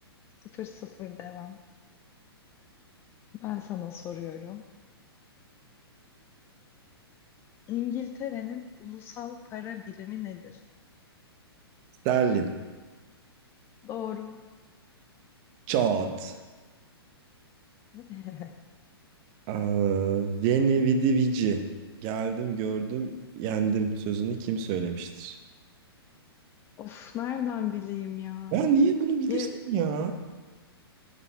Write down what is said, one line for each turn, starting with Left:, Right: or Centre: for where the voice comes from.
Left: Sıfır sıfır devam. Ben sana soruyorum. İngiltere'nin ulusal para birimi nedir?
Right: Sterlin.
Left: Doğru.
Right: Çat.
Left: <laughs>
Right: Aa, Veni vidi vici. Geldim gördüm yendim sözünü kim söylemiştir?
Left: Of nereden bileyim ya?
Right: Ya niye bunu bilirsin
Left: Ge-
Right: ya?